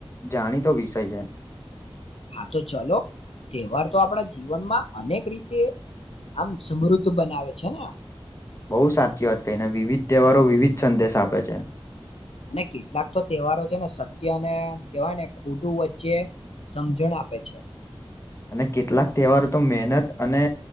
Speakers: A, on the left; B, on the left.
A: જાણીતો વિષય છે.
B: હા તો ચલો તહેવાર તો આપણા જીવનમાં અનેક રીતે આમ સમ તુ બનાવે છે ને
A: બઉુ સાચી વાત કહીને વિવિધ તહેવારો વિવિધ સંદેશ આપે છે.
B: અને કેટલાક તો તહેવારો છે ને સત્ય અને કવાય ને ખોડું વચ્ચે સમજણ આપે છે.
A: અને કેટલાક તહેવારો તો મહેનત અને